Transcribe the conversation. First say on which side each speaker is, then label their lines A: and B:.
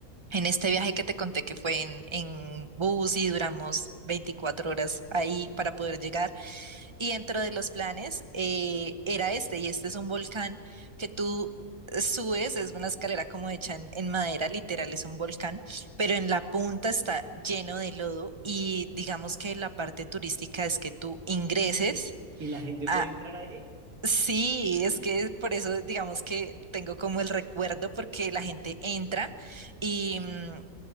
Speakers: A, on the right (about 25°); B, on the right (about 75°).
A: En este viaje que te conté que fue en, en bus y duramos 24 horas ahí para poder llegar. Y dentro de los planes eh, era este, y este es un volcán que tú subes, es una escalera como hecha en, en madera, literal es un volcán, pero en la punta está lleno de lodo y digamos que la parte turística es que tú ingreses
B: Y la gente
A: a...
B: puede entrar ahí
A: Sí, es que por eso digamos que tengo como el recuerdo porque la gente entra y mm,